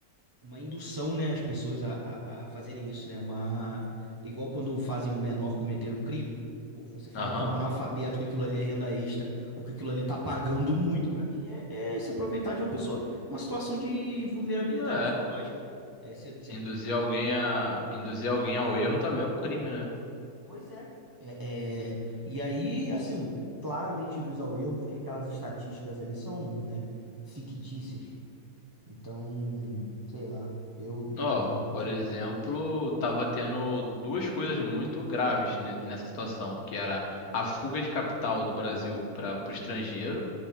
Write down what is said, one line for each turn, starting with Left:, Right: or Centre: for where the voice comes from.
Right: uma indução, né, as pessoas a, a, a fazerem isso, né? Uma, igual quando fazem um menor cometer um crime. Pô, você falar
Left: Aham.
Right: pra um analfabeto que aquilo ali é renda extra, ou que aquilo ali tá pagando muito, pra mim é, é se aproveitar de uma pessoa, uma situação de vulnerabilidade
Left: Não é.
Right: psicológica. É, você- você-
Left: Induzir alguém a. Induzir alguém ao erro também é um crime, né?
Right: Pois é. É, é, E aí, assim, claramente induz ao erro, porque aquelas estatísticas ali são, né, fictícias. Então, sei lá, eu, eu
Left: Ó,
Right: realmente.
Left: por exemplo, tava tendo duas coisas muito graves ne- nessa situação, que era a fuga de capital do Brasil para o estrangeiro,